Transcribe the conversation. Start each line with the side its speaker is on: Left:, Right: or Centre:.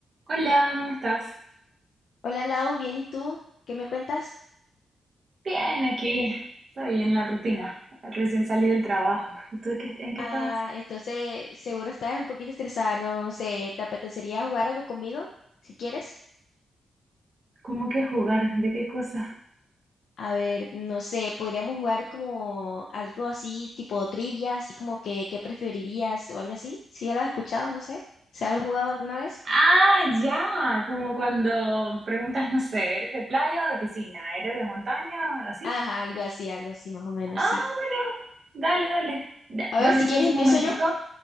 Right: Hola, ¿cómo estás?
Left: Hola Lau, bien, ¿y tú? ¿Qué me cuentas?
Right: Bien, aquí. Está bien la rutina. Recién salí del trabajo. ¿Y tú de qué- en qué
Left: Ah,
Right: estabas?
Left: entonces seguro estás un poquito estresada, no, no sé, ¿te apetecería jugar algo conmigo? Si quieres.
Right: ¿Cómo que jugar? ¿De qué cosa?
Left: A ver, no sé, podríamos jugar como algo así, tipo trivia, así como que qué preferirías o algo así. Si ya lo has escuchado, no sé. ¿Se ha jugado alguna vez?
Right: Ah, ya. Como cuando preguntas, no sé, ¿eres de playa o de piscina? ¿Eres de montaña o así?
Left: Ajá, algo así, algo así, más o menos,
Right: Ah,
Left: sí.
Right: bueno. Dale, dale. Da-
Left: A
Right: dame
Left: ver, si quieres
Right: chance
Left: empiezo
Right: un momentico.
Left: yo.